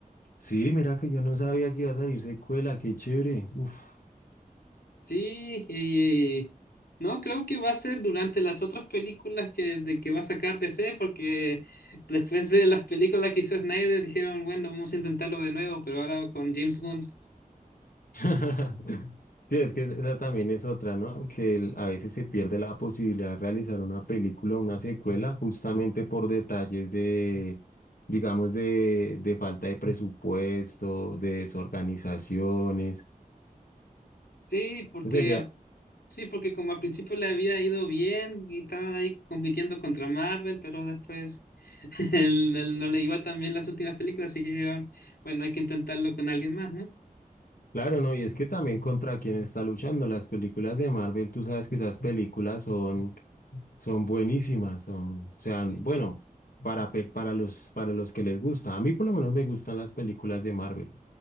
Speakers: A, on the left (about 70°); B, on the left (about 85°).
A: Sí, mira que yo no sabía que iba a salir secuela, qué chévere. Uf.
B: Sí, y no, creo que va a ser durante las otras películas que, de que va a sacar D C porque después de las películas que hizo Snyder dijeron, bueno, vamos a intentarlo de nuevo, pero ahora con James Gunn.
A: <laughs> Sí, es que esa también es otra, ¿no? Que el- a veces se pierde la posibilidad de realizar una película, una secuela, justamente por detalles de, digamos, de, de falta de presupuesto, de desorganizaciones.
B: Sí, porque
A: Sería,
B: a- sí, porque como al principio le había ido bien y estaba ahí compitiendo contra Marvel, pero después <laughs> Él, él no le iba tan bien las últimas películas, así que bueno, hay que intentarlo con alguien más, ¿no?
A: Claro, no, y es que también contra quien está luchando las películas de Marvel, tú sabes que esas películas son, son buenísimas, son, o sea,
B: Sí.
A: bueno, para, pe- para los, para los que les gusta. A mí por lo menos me gustan las películas de Marvel.